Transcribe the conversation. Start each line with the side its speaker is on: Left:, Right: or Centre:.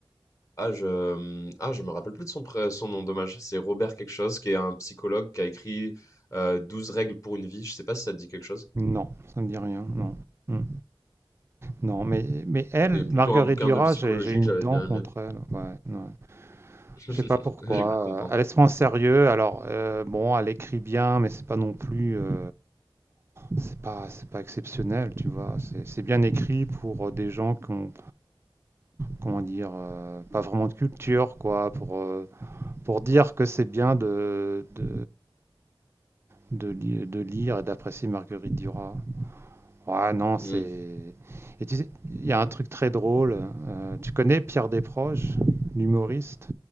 Left: ah, je, ah, je me rappelle plus de son, pré- son nom, dommage. C'est Robert quelque chose, qui est un psychologue qui a écrit euh, 12 règles pour une vie. Je sais pas si ça te dit quelque chose.
Right: Non, ça me dit rien, non. Mmh. Non, mais, mais elle,
Left: Et plutôt
Right: Marguerite
Left: un bouquin
Right: Duras,
Left: de psychologie
Right: j'ai j'ai une
Left: que j'avais
Right: dent
Left: bien
Right: contre
Left: aimé.
Right: elle. Ouais, ouais.
Left: <laughs>
Right: Je sais pas pourquoi.
Left: J'ai cru comprendre.
Right: Euh, elle est souvent au sérieux. Alors, euh, bon, elle écrit bien, mais c'est pas non plus. euh, c'est pas, c'est pas exceptionnel, tu vois. C'est c'est bien écrit pour euh, des gens qui ont, comment dire, euh, pas vraiment de culture, quoi. Pour, euh, pour dire que c'est bien de, de, de, li- de lire et d'apprécier Marguerite Duras. Ah non, c'est.
Left: Hmm.
Right: Et tu sais, il y a un truc très drôle. euh, tu connais Pierre Desproges, l'humoriste